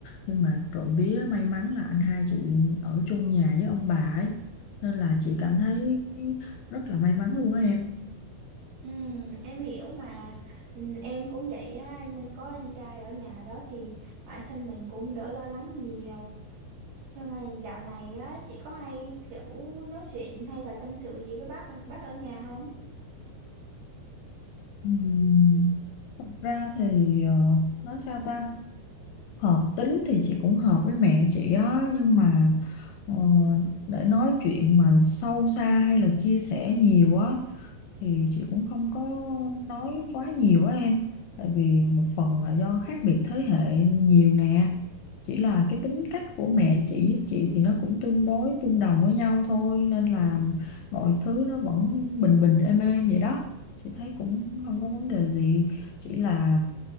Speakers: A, on the left; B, on the right.
A: nhưng mà trộm vía may mắn là anh hai chị ở chung nhà với ông bà ấy nên là chị cảm thấy rất là may mắn luôn á em
B: ừ, em hiểu mà ừ, em cũng vậy á nên có anh trai ở nhà đó thì bản thân mình cũng đỡ lo lắng nhiều Nhưng mà dạo này á, chị có hay kiểu nói chuyện hay là tâm sự gì với bác bác ở nhà không?
A: Ừm, Thật ra thì ờ, nói sao ta hợp tính thì chị cũng hợp với mẹ chị á nhưng mà ờ, để nói chuyện mà sâu xa hay là chia sẻ nhiều á thì chị cũng không có nói quá nhiều á em tại vì một phần là do khác biệt thế hệ nhiều nè chỉ là cái tính cách của mẹ chị với chị thì nó cũng tương đối tương đồng với nhau thôi nên là mọi thứ nó vẫn bình bình êm êm vậy đó chị thấy cũng không có vấn đề gì chỉ là